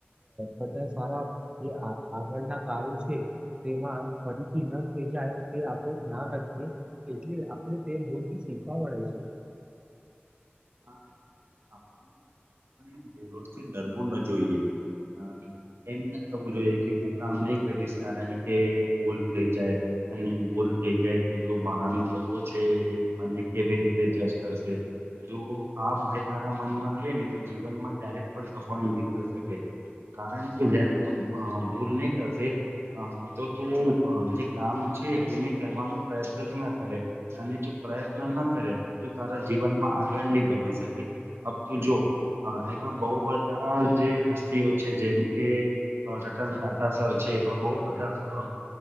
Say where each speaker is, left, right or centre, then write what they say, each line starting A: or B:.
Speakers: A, on the right (about 25°); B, on the right (about 75°).
A: બધા સારા જે આ આગળના કાર્યો છે તેમાં ઈ ન થઈ જાય તે આપણું ધ્યાન રાખીએ એટલે આપડે તે ભૂલથી શીખવા મળે છે.
B: હા આપે <unintelligible> લો થી ડરવું ન જોઈએ. હ એમ ના થવું જોઈએ કે હું કામ નહી કરીશ કારણ કે ભૂલ થઈ જાય અને ભૂલ થઈ જાય તો જો બહારના લોકો છે એ મને કેવી રીતે જસ્ટ કરશે જો આ ભય તારા મનમાં રહે ને તો જીવનમાં ત્યારે જ પણ સફળ નથી થ શકે. કારણ કે જયારે તું અ ભૂલ નઈ કરશે અ તો તું ભ જે કામ છે એને કરવાનો પ્રયત્ન જ ના કરે અને જો પ્રયત્ન ન કરે તો તું તારા જીવનમાં આગળ નહી વધી શકે. અ તુ જો એમાં બહુ બધા જે હસ્તીઓ છે જેમકે રતન ટાટ સર છે એવા બહ બધા સઅ